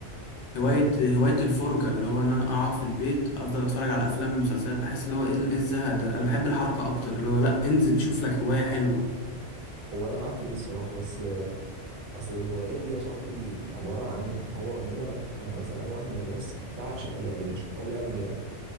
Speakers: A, on the left; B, on the right.
A: هواية
B: امم
A: هواية الفرجة اللي هو إن أنا أقعد في البيت أفضل أتفرج على أفلام ومسلسلات بحس اللي هو إيه إيه الزهق ده أنا بحب الحركة أكتر اللي هو لأ انزل شوف لك هواية حلوة
B: هو انا معاك في دي الصراحه بس آه، اصل الهوايات دي يا صاحبي عباره عن هو ربنا يعني مثلا انا واحد من الناس بعشق الانيميشن او الانمي يعني